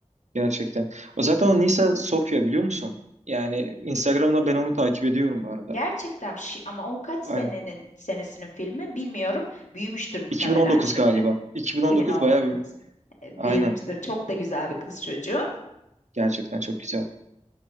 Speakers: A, on the right; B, on the left.
A: gerçekten. O zaten o Nisa Sofya biliyor musun? Yani Instagram'da ben onu takip ediyorum bu arada.
B: Gerçekten şi- ama o kaç
A: Aynen.
B: senenin senesinin filmi bilmiyorum. Büyümüştür muhtemelen
A: 2019
B: şimdi.
A: galiba. 2019
B: 2019.
A: baya bir
B: E,
A: aynen
B: Büyümüştür. Çok da güzel bir kız çocuğu.
A: gerçekten çok güzel.